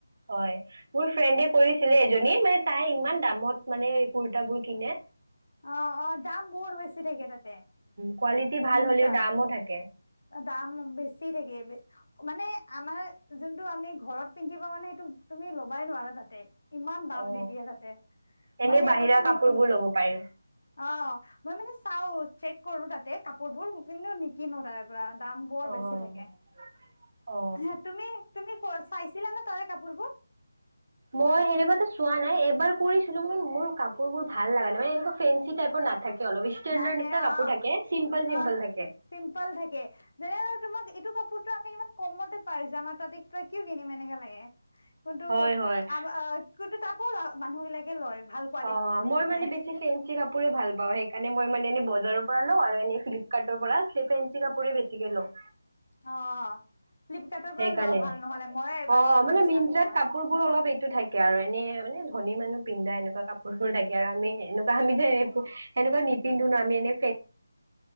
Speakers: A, on the right; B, on the left.
A: হয় মোৰ ফ্ৰেণ্ডে কৰিছিলে এজনী মানে তাই ইমান দামত মানে কুৰ্ত বোৰ কিনে
B: অ অ দাম বহুত বেছি থাকে তাতে
A: কোৱালিটি ভাল
B: মট্ৰাত
A: হলেও দামো থাকে
B: দাম বেছি থাকে মানে আমাৰ যোনটো আমি ঘৰত পিন্ধিবা মানে সেইটো তুমি ল'বাই নোৱাৰা তাতে ইমান দাম
A: অ
B: দি দিয়ে তাতে
A: এনেই
B: মই সেইবাবে
A: বাহিৰা
B: লিকিলো
A: কাপোৰবোৰ ল'ব পাৰি
B: অ মই মানে চাওঁতে কৰো তাতে কাপোৰ বোৰ নিপিন্ধু কিনো তাৰে পৰা দাম বৰ
A: অ
B: বেছি থাকে
A: অ
B: হ তুমি তুমি চাইছিলা নে তাৰে কাপোৰবোৰ
A: মই সেনেকুৱাো চোৱা নাই এবাৰ কৰিছিলো মানে মোৰ কাপোৰ বোৰ ভাল লগা নে মানে এনেকুৱা ফেঞ্চি টাইপৰ নাথাকে অলপ ষ্টেণ্ডাৰ্ড
B: নাথে
A: নিচিনা কাপোৰ
B: অ
A: থাকে চিম্পল চিম্পল
B: অ
A: থাকে
B: চিম্পল থাকে যেনে তোমাক এইটো কাপোৰ আমি ইমান কমতে পাই যাম আাৰ তাতে তই ক কি কিনিম এনেকে লাগে। কিন্তু
A: হয় হয়
B: আম কিন্তু তাত মানুহ বিলাকে লয় ভাল কোৱালিটি
A: অ
B: বুলি
A: মই
B: কেনে
A: মানে বেছি ফেঞ্চি কাপ ৰে ভাল পা সেইকাৰণে মই মানে পৰা ন আৰু এনে ফ্লিপকাৰ্টৰ পৰা ফেঞ্চি কাপোৰে বেছি গেলো
B: অ ফ্লিপকাৰ্টৰ
A: সেইকাৰণে
B: পৰা লোৱা ভাল নহলে ময়ে এইবাৰ
A: অ
B: পৰা
A: মানে
B: লৈ
A: মিন্ত্ৰাত
B: চাম ৰাবা
A: কাপোৰ বোৰ অলপ এইটো থাকে আৰু এনে মানে ধনী মানুহ পিন্ধা এনেকুৱা কাপোৰবোৰ থাকে আৰু আমি এনেকুৱা আমি সেনেুৱা পিন্ধ ন আমিনে